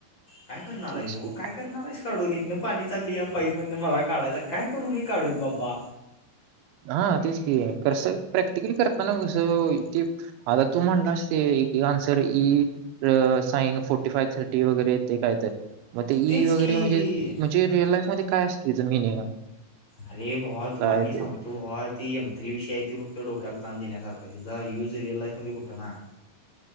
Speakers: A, on the left; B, on the right.
A: काय करणार आहे
B: तेच
A: बुवा
B: की.
A: काय करणार आहेस. काढून इथनं पाणी चाललीया पाईप मधनं मला काढायचाय काय करू मी काढून बाबा
B: हा तेच की कसय प्रॅक्टिकली करताना कसं ते आता तू म्हणलास ते एक एक आन्सर इ अ साइन फोर्टी फाईव थर्टी वैगेरे येतंय कायतर, मग ती
A: तेच
B: इ वैगेरे
A: की
B: म्हणजे चे रिअल लाईफ मध्ये काय असतंय याचं मिनिंग?
A: अरे भावा
B: काय
A: तुला मी सांगतो
B: ते
A: भावा ती एम थ्री विषय आहे तो फक्त डोक्याला ताण देण्यासारखा हाय, त्याचा युज रिअल लाईफ मध्ये कुठं नाय.